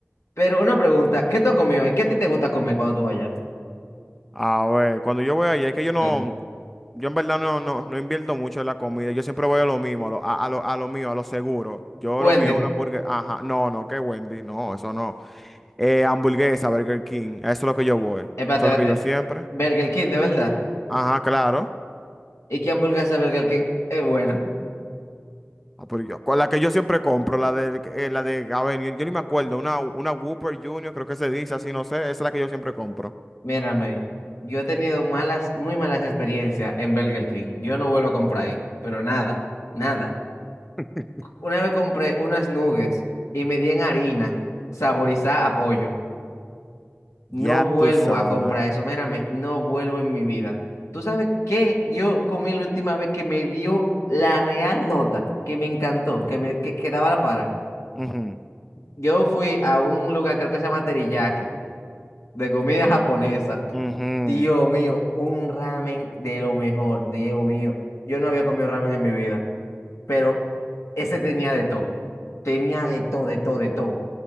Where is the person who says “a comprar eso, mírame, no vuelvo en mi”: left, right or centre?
Left